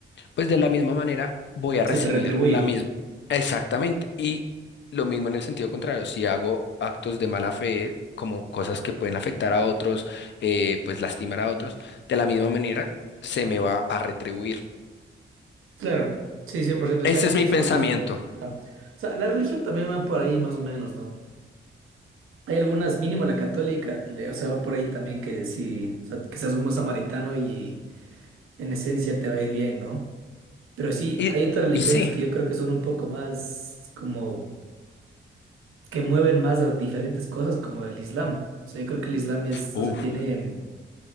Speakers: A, on the left; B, on the right.
A: pues de la misma manera voy a
B: se
A: recibir
B: te retribuye.
A: la misma, exactamente, y lo mismo en el sentido contrario, si hago actos de mala fe, como cosas que pueden afectar a otros, eh, pues lastimar a otros, de la misma manera se me va a retribuir.
B: Claro, sí, cien por ciento
A: Ese
B: O sea, yo
A: es
B: pienso
A: mi pensamiento.
B: lo mismo. Ajá. O sea, la religión también va por ahí más o menos, ¿no? Hay algunas, mínimo la católica, le- o sea, va por ahí también que sí, o sea, que seas un buen samaritano y en esencia te va a ir bien, ¿no? Pero sí,
A: Y,
B: hay otras religiones
A: y sí,
B: que yo creo que son un poco más como que mueven más a diferentes cosas, como el Islam. O sea, yo creo que el Islam es,
A: Uf.
B: o sea, tiene em,